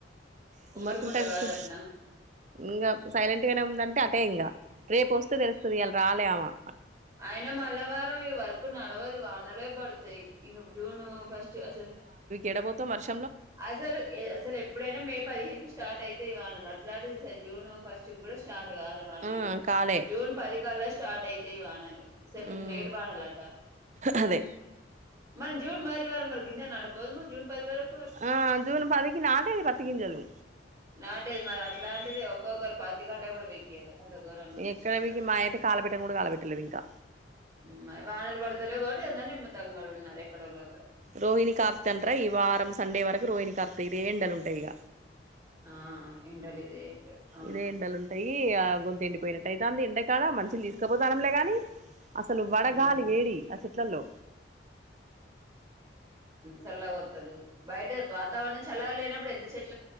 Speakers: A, on the right (about 40°); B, on the right (about 20°).
A: కుమ్మరికుంటకు
B: కుమ్మరుకుంట కాదట్నా
A: ఇంగ సైలెంట్ గనే ఉందంటే అ టే ఇంగా రేపు ఒస్తే దెలుస్తది ఇయాల రాలే ఆమా
B: అయన మల్ల వారం ఈ వర్క్ నడవదు వానలే బడు తై ఇంగ జూను ఫస్ట్స్ అసల్
A: ఎడబోతవ్ మర్శ్
B: అసలు ఎ అసలు ఎప్పుడైనా మే పదిహేను స్టార్ట్ అయితయ్ వానలు అట్లాంటిది ఇగ జూన్ ఫస్ట్ గూడా స్టార్ట్ తెగాలె వానలు
A: ఆ కాలే
B: జూన్ పది కల్ల స్టార్ట్ అయితయ్ వానలు ఇ సారి కొంజె
A: మ్మ్
B: లేట్ బడాలట
A: అదే
B: మన్ జూన్ మరి వారం వర గింజ నడపోదుము జూన్ పది వారం
A: ఆ జూన్ పదికి నాటేది పత్తి గింజలు
B: నాటేది మరి అట్లాంటిది ఒక్కొక్కరు పత్తి కట్ట గూడ వెట్టిరు అంత గోరంగ ఉంది
A: ఎక్కడవికి
B: శేన్లల్ల
A: మా అయితే కాలబెట్టను కూడా కాలబెట్టలేదు ఇంకా
B: ఊమ్ వానలు బడుతులే గా తేనా నిమ్మతంగరు ఉన్నారు ఎక్కడోల్లా
A: రోహిణి కార్తె అంటరా ఈ వారం సండే వరకు రోహిణి కార్తె ఇదే ఎండలు ఉంటయ్ ఇగ
B: ఆ ఎండల్ ఇదే ఎండలు అవును
A: ఇదే ఎండలు ఉంటయ్ దీ ఆ గొంతు ఎండిపోయినట్టైతాంది ఎండక్ ఆడ మంచీళ్ దీసుకపోతానంలే గాని అసలు వడగాలి
B: ఉమ్
A: వేడి అ చెట్లల్లో
B: చల్ల గొత్తలేదు బయట వాతావరణం చల్లగ లేనప్పుడు ఎంత చెట్